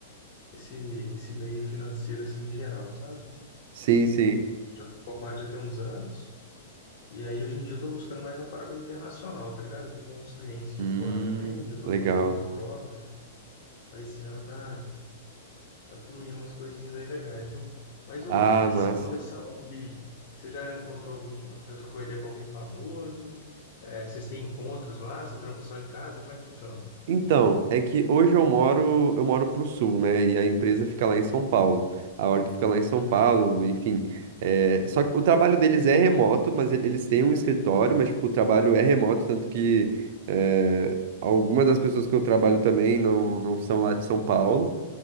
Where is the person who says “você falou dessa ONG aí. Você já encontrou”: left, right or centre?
Left